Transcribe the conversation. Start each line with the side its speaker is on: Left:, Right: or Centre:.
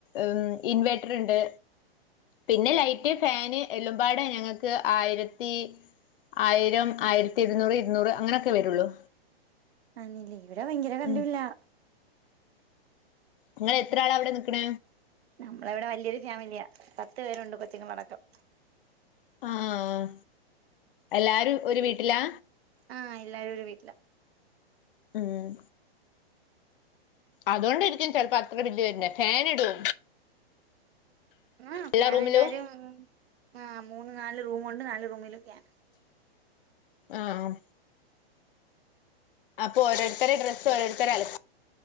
Left: ഉം ഇൻവേട്ടർ ഇണ്ട് പിന്നെ ലൈറ്റ് ഫാന് എല്ലുമ്പാട ഞങ്ങക്ക് ആയിരത്തി ആയിരം ആയിരത്തി ഇരുന്നൂറ് ഇരുന്നൂറ് അങ്ങനെയൊക്കെ വരുള്ളൂ
Right: അനില്ലേ ഇവിടെ ഭയങ്കര കരണ്ടു
Left: ഉം
Right: ബില്ലാ
Left: നിങ്ങള് എത്ര ആളാ അവിടെ നിക്ക്ണ
Right: നമ്മള് ഇവിടെ വലിയൊരു ഫാമിലിയാ പത്ത് പേരുണ്ട് കൊച്ചുങ്ങളടക്കം
Left: ആഹ എല്ലാരും ഒരു വീട്ടിലാ
Right: ആഹ് എല്ലാരും ഒരു വീട്ടിലാ
Left: ഉം അതുകൊണ്ടായിരിക്കും ചിലപ്പോ അത്ര ബില്ല് വര്നെ. ഫാൻ ഇടുവോ?
Right: ആഹ് ഫ്യാൻ
Left: എല്ലാ റൂമിലും
Right: എല്ലാരും ആഹ് മൂന്ന് നാല് റൂം ഉണ്ട്. നാല് റൂമില് ഫ്യാനാ
Left: ആഹ് ആം അപ്പൊ ഓരോരുത്തരെ ഡ്രസ്സ് ഓരോരുത്തര് അലക്